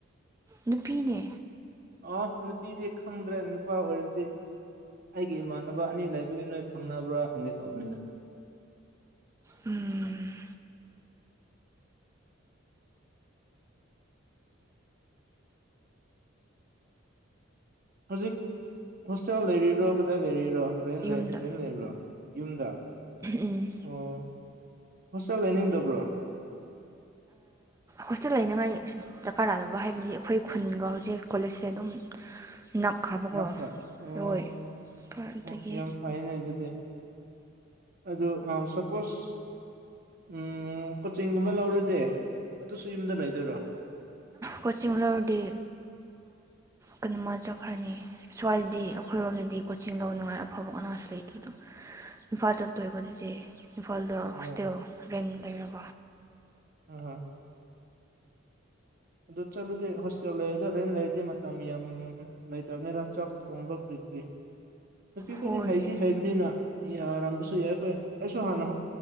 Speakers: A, on the right (about 15°); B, on the right (about 45°).
A: ꯅꯨꯄꯤꯅꯦ
B: ꯑ ꯅꯨꯄꯤꯗꯤ ꯈꯪꯗ꯭ꯔꯦ ꯅꯨꯄꯥ ꯑꯣꯏꯔꯗꯤ ꯑꯩꯒꯤ ꯏꯃꯥꯟꯅꯕ ꯑꯅꯤ ꯂꯩꯕꯒꯤ ꯅꯣꯏ ꯈꯪꯅꯕ꯭ꯔꯥ ꯍꯪꯒꯦ ꯇꯧꯕꯅꯤꯗ
A: ꯎꯝ
B: ꯍꯧꯖꯤꯛ ꯍꯣꯁꯇꯦꯜ ꯂꯩꯔꯤꯕꯔꯣ ꯀꯗꯥꯏ ꯂꯩꯔꯤꯕꯔꯤꯔꯣ ꯔꯦꯟ
A: ꯌꯨꯝꯗ
B: ꯂꯩ ꯔꯦꯟ ꯂꯩꯕ꯭ꯔꯣ ꯌꯨꯝꯗ
A: ꯎꯝ
B: ꯑꯣ ꯍꯣꯁꯇꯦꯜ ꯂꯩꯅꯤꯡꯗꯕ꯭ꯔꯣ
A: ꯍꯣꯁꯇꯦꯜ ꯂꯩꯅꯉꯥꯏ ꯗꯔꯀꯥꯔꯥꯗꯕ ꯍꯥꯏꯕꯗꯤ ꯑꯩꯈꯣꯏ ꯈꯨꯟꯒ ꯍꯧꯖꯤꯛ ꯀꯣꯂꯦꯖꯁꯦ ꯑꯗꯨꯝ ꯅꯛꯈ꯭ꯔꯕꯀꯣ
B: ꯅꯛꯄ ꯑꯣ
A: ꯂꯣꯏ ꯑꯗꯨꯒꯤ
B: ꯑꯣ ꯌꯥꯝ ꯐꯩꯅꯦ ꯑꯗꯨꯗꯤ ꯑ ꯑ ꯁꯄꯣꯁ ꯎꯝ ꯀꯣꯆꯤꯡꯒꯨꯝꯕ ꯂꯧꯔꯗꯤꯦ ꯑꯗꯨꯁꯨ ꯌꯨꯝꯗ ꯂꯩꯗꯣꯏꯔꯣ
A: ꯀꯆꯤꯡꯂ ꯑꯗꯤ ꯀꯩꯅꯣꯃ ꯆꯠꯈ꯭ꯔꯅꯤ ꯁ꯭ꯋꯥꯏꯗꯗꯤ ꯑꯩꯈꯣꯏꯔꯣꯝꯗꯗꯤ ꯀꯣꯆꯤꯡ ꯂꯧꯅꯉꯥꯏ ꯑꯐꯕ ꯀꯣ ꯑꯁ ꯑꯗꯨꯣ
B: <unintelligible>
A: ꯏꯝꯐꯥꯜ ꯆꯠꯇꯣꯏꯕ ꯑꯗꯨꯗꯤ ꯏꯝꯐꯥꯜꯗ
B: ꯑꯣ
A: ꯍꯣꯁꯇꯦꯜ ꯔꯦꯟ ꯂꯩꯔꯕ
B: ꯑꯣ ꯑꯗꯨ ꯆꯠꯂꯨꯗꯤ ꯍꯣꯁꯇꯦꯜ ꯂꯩꯔꯗ ꯔꯦꯟ ꯂꯩꯔꯗꯤ ꯃꯇꯝ ꯌꯥꯝ ꯂꯩꯇꯕꯅꯤꯅ ꯆꯥꯛ ꯊꯣꯡꯕ ꯀ꯭ꯔꯤ ꯀ꯭ꯔꯤ ꯅꯨꯄꯤꯈꯣꯏꯗꯤ
A: ꯍꯣꯏ
B: ꯍꯩꯗꯤ ꯍꯩꯕꯅꯤꯅ ꯌꯥꯔꯝꯕꯁꯨ ꯌꯥꯏ ꯑꯩꯈꯣꯏ ꯑꯩꯁꯨ ꯍꯥꯟꯅꯦꯟ